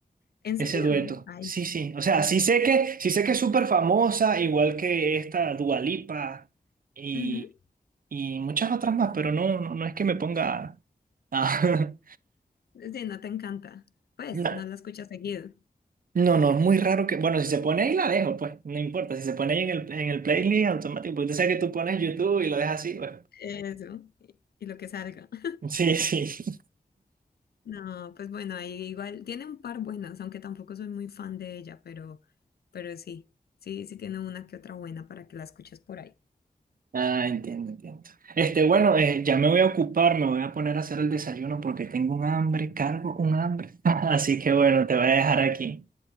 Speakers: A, on the left; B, on the right.
A: ¿en
B: ese
A: serio?
B: dueto.
A: Ay.
B: Sí, sí. O sea, sí sé que, sí sé que es súper famosa, igual que esta Dua Lipa y,
A: Ujú.
B: y muchas otras más, pero no, no, no es que me ponga a, <laughs>
A: Sí, no te encanta. Pues,
B: No.
A: no la escuchas seguido.
B: No, no, es muy raro que. Bueno, si se pone ahí, la dejo, pues. No importa. Si se pone ahí en el, en el playlist automático, porque tú sabes que tú pones YouTube y lo dejas así, pues.
A: Eso, y, y lo que salga. <laughs>
B: Sí, sí. <laughs>
A: No, pues bueno, ahí igual tiene un par buenas, aunque tampoco soy muy fan de ella, pero, pero sí, sí, sí tiene una que otra buena para que la escuches por ahí.
B: Ah, entiendo, entiendo. Este, bueno, eh, ya me voy a ocupar, me voy a poner a hacer el desayuno porque tengo un hambre, cargo un hambre. <laughs> Así que bueno, te voy a dejar aquí.